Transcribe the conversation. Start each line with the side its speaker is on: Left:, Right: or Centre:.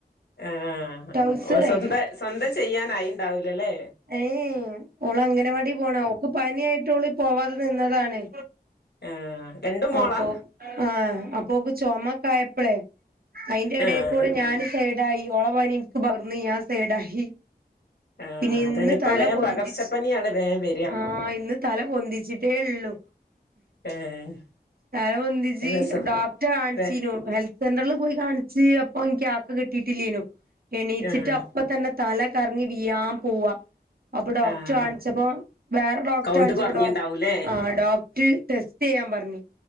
Left: ആഹ്
Right: ടൗസറേ
Left: ഓ സ്വന്ത സ്വന്തം ചെയ്യാനായിണ്ടാവൂല ല്ലേ?
Right: ഏയ് ഓളങ്കണവാടി പോണ ഓക്ക് പനി യായിട്ടോള് പോവാതെ നിന്നതാണ്
Left: ആഹ് രണ്ടും മോളാ
Right: അപ്പോ ആഹ് അപ്പോക്ക് ചൊമക്കായപ്പലേയ് അയിന്റെടേക്കൂടെ
Left: ആഹ്
Right: ഞൻ സൈഡായി ഓള പനി ഇൻക്ക് പകർന്ന് ഞാൻ സൈഡായി
Left: ആഹ്
Right: പിന്നെ ഇന്ന്
Left: അതാണ് ഇപ്പ
Right: തല
Left: വേ
Right: പൊന്തിച്ച്
Left: പകർച്ചപ്പനിയാണ് വേം വെര
Right: ആ ഇന്ന് തല പൊന്തിച്ചിട്ടേ ള്ളൂ
Left: ഏഹ്
Right: തല പൊന്തിച്ച്
Left: രസം
Right: ഡോക്ട്ടെ കാണ്ച്ചീന്നു
Left: പെ
Right: ഹെ സെൻ്റർൽ പോയി കാണ്ച്ച് അപ്പൊ ഇൻക്ക് ആപ്പ് കിട്ടിട്ടില്ലെഞ്ഞു എണീച്ചിട്ട്
Left: ആഹ്
Right: അ ഇപ്പൊതന്നെ തലകറങ്ങി വീഴാൻ പോവാ അപ്പൊ ഡോക്ടറെകാണിച്ചപ്പോ
Left: ആഹ്
Right: വേറെ ഡോക്ടറെകാണിച്ചപ്പൊ
Left: കൗണ്ട് കൊറഞ്ഞിണ്ടാവൂലേ
Right: ഡോ ആ ഡോക്ട്ർടെസ് ചെയ്യാൻ പറഞ്